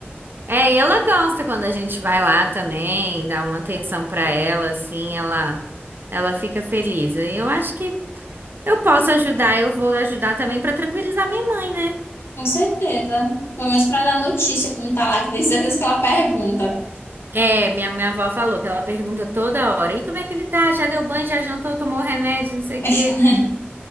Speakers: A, on the right; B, on the left.
A: É, e ela gosta quando a gente vai lá também, dá uma atenção pra ela, assim, ela, ela fica feliz. E eu acho que eu posso ajudar, eu vou ajudar também pra tranquilizar minha mãe, né?
B: Com certeza. Pelo menos para dar notícia, como tá lá, que tem certeza que ela pergunta.
A: É, minha, minha avó falou que ela pergunta toda hora, e como é que ele tá? Já deu banho, já jantou, tomou remédio, não sei o
B: <laughs>
A: quê.